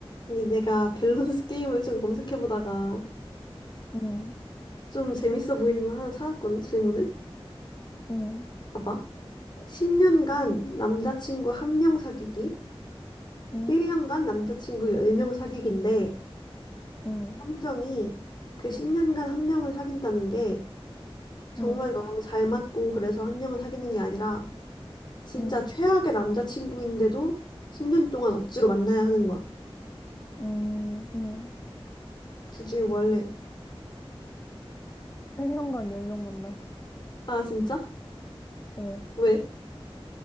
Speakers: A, on the left; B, on the left.
A: 아니, 내가 밸런스 게임을 좀 검색해보다가
B: 응,
A: 좀 재밌어 보이는 걸 하나 찾았거든, 질문을.
B: 응,
A: 봐봐. 10년간 남자친구 한 명 사귀기,
B: 응,
A: 1년간 남자친구 10명 사귀기인데,
B: 응,
A: 함정이 그 10년간 한 명을 사귄다는 게 정말
B: 응,
A: 너랑 잘 맞고 그래서 한 명을 사귀는 게 아니라 진짜
B: 응,
A: 최악의 남자친구인데도 10년 동안 억지로 만나야 하는 거야.
B: 응, 응.
A: 둘 중에 뭐 할래?
B: 1년간 10명 만나기.
A: 아, 진짜?
B: 어.
A: 왜?